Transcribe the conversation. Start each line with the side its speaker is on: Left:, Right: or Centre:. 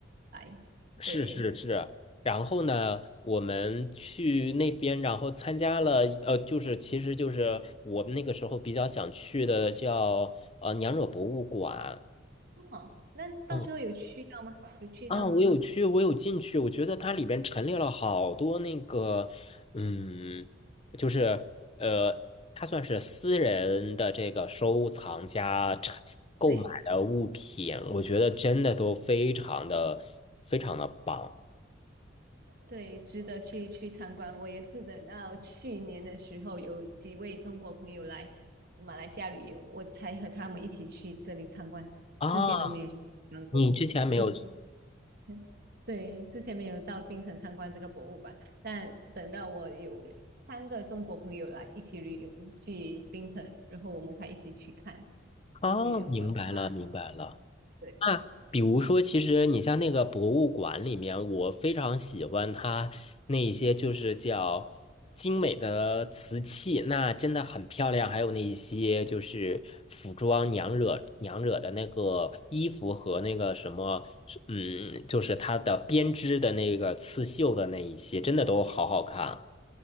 Right: 来，
Left: 是是是。
Right: 对。
Left: 然后呢，我们去那边，然后参加了，呃，就是其实就是我们那个时候比较想去的叫呃娘惹博物馆。
Right: 哦，那到时候有去到吗？
Left: 嗯。
Right: 有去到吗？
Left: 啊，我有去，我有进去，我觉得它里边陈列了好多那个，嗯，就是呃，它算是私人的这个收藏家陈购买的物品，
Right: 对
Left: 我觉得真的都非常的非常的棒
Right: 对，值得去去参观。我也是等到去年的时候，有几位中国朋友来马来西亚旅游，我才和他们一起去这里参观，
Left: 啊！
Right: 之前都没有去参观过。
Left: 你之前没有
Right: <laughs> 对对，之前没有到槟城参观这个博物馆，但等到我有三个中国朋友来一起旅游去槟城，然后我们才一起去看
Left: 啊？
Right: 这些文化什么的。
Left: 明白了，明白了。
Right: 对。
Left: 那比如说，其实你像那个博物馆里面，我非常喜欢它那一些就是叫精美的瓷器，那真的很漂亮。还有那一些就是服装娘惹娘惹的那个衣服和那个什么，嗯，就是它的编织的那个刺绣的那一些，真的都好好看。